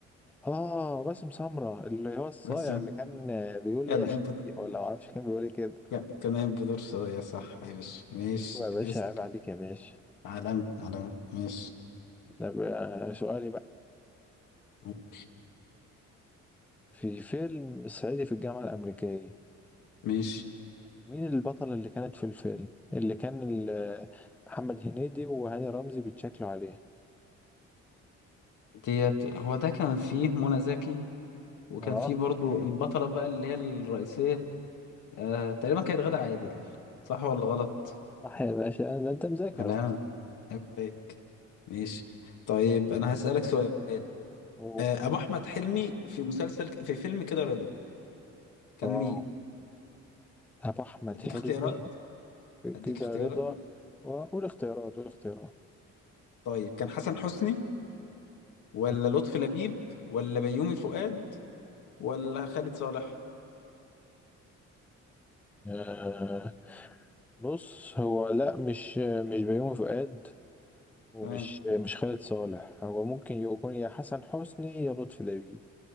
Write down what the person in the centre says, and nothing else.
اه باسم سمرة اللي هو الصايع
اللي كان آه، بيقول
ايه يا
شقيق
ولا معرفش كان بيقول ايه كده
طب يا باشا
عيب عليك يا باشا
ده بقى سؤالي بقى
في فيلم صعيدي في الجامعة الأمريكية
مين البطلة اللي كانت في الفيلم اللي كان ال- آه، محمد هنيدي وهاني رمزي بيتشكلوا عليها
اه
صح يا باشا ده انت مذاكر
اهو
و-
اه
أبو أحمد
حلمي
في كده
رضا وقول اختيارات قول اختيارات
مم.
مم. بص هو لا مش مش بيومي فؤاد ومش
مش خالد صالح هو ممكن يكون يا حسن حسني يا لطفي لبيب